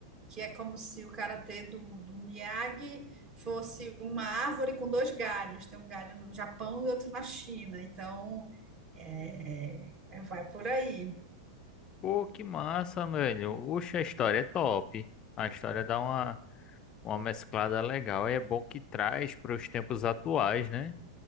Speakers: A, on the right; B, on the left.
A: que é como se o karatê do, do Miyagi fosse uma árvore com dois galhos. Tem um galho no Japão e outro na China. Então, é, é, vai por aí.
B: Pô, que massa, velho. Oxe, a história é top. A história dá uma, uma mesclada legal. É bom que traz para os tempos atuais, né?